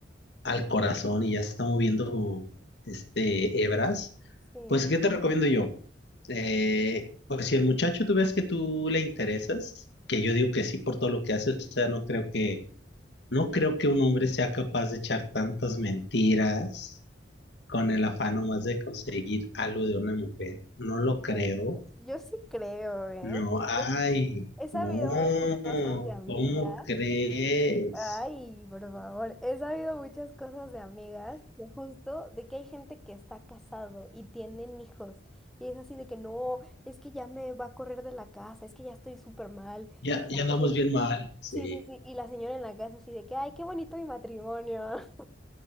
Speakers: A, on the left; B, in the centre.
A: al corazón y ya está moviendo este hebras,
B: Sí,
A: pues ¿qué te recomiendo yo? Eh, pues si el muchacho tú ves que tú le interesas, que yo digo que sí por todo lo que hace, o sea, no creo que, no creo que un hombre sea capaz de echar tantas mentiras con el afán nomás de conseguir algo de una mujer. No lo creo.
B: ¿crees? Yo sí creo, ¿eh?
A: No, ay,
B: He he sabido
A: no,
B: muchas cosas de amigas.
A: ¿cómo crees?
B: Ay, por favor, he sabido muchas cosas de amigas, de justo de que hay gente que está casado y tienen hijos, y es así de que no, es que ya me va a correr de la casa, es que ya estoy súper mal.
A: Ya,
B: y la
A: ya andamos
B: señora-
A: bien mal. Sí.
B: Sí, sí, sí, y la señora en la casa así de que, ay, qué bonito mi matrimonio. <laughs>